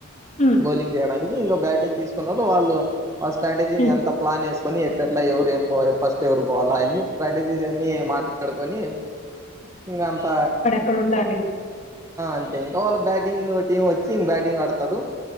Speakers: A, on the left; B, on the right.
A: ఉమ్
B: బౌలింగ్ చేయడానికి ఇంకో బ్యాటింగ్ తీసుకున్నోళ్ళు వాళ్ళు వాళ్ళ స్ట్రాటజీ
A: ఉమ్
B: ఎంత ప్లాన్ చే కాని ఎట్ల ఎట్లా ఎవరు ఏం పోవాలి ఫస్ట్ ఎవరు పోవాలా అవన్ని ప్రాక్టీస్ జేసి ఎ మాట్లాడుకొని ఇంగ అంత
A: క్కరు ఉండాలి
B: అంటే ఇంకా వాళ్ళ బ్యాటింగ్ టీమ్ వచ్చి బ్యాటింగ్ ఆడతారు